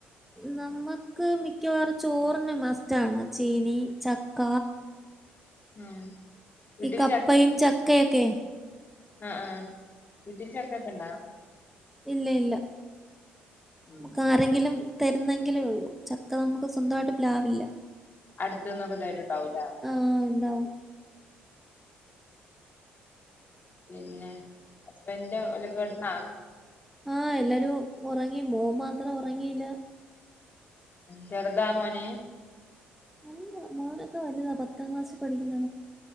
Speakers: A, in the centre; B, on the left.
A: നമ്മക്ക് മിക്കവാറു ചോറിന് മസ്റ്റാണ് ചീനി ചക്ക
B: ഉം വീട്ടിൽ
A: ഇ കപ്പയും ചക്കയൊക്കെ
B: അഹ് ആഹ് വീട്ടി ചക്കക്കെ ണ്ടാ
A: ഇല്ല ഇല്ല
B: ഉം
A: മ്മക്കാരെങ്കിലും തരുന്നെങ്കിലേ ഒള്ളൂ ചക്ക നമുക്ക് സ്വന്തായ്ട്ട്, പ്ലാവില്ല
B: അട്തൂന്നൊക്കെ തര്ണ്ടാവുല്ലേ
A: ആ ഉണ്ടാവും
B: പിന്നെ ഹസ്ബന്റെ ഓലൊക്കെടന്നാ
A: ആ ല്ലാരു ഒറങ്ങി മോ മാത്രം ഒറങ്ങീല്ല
B: ചെറുതാ മോന്
A: അല്ല മോനൊക്കെ വലുതാ പത്താം ക്ലാസ്സിൽ പഠിക്കുന്ന